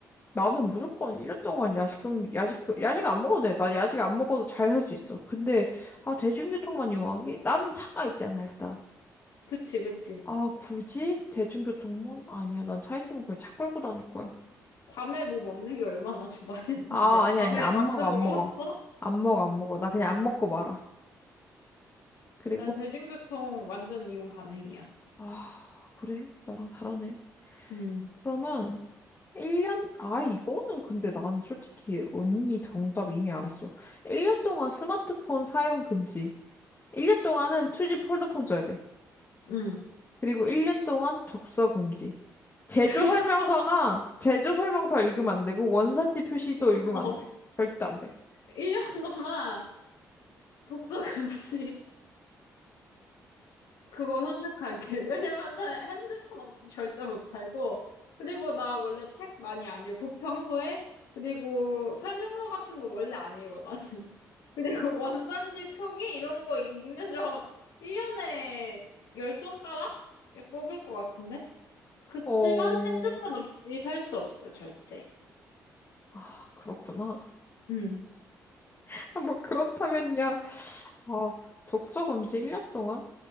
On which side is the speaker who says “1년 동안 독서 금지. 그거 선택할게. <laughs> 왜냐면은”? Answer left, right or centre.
Left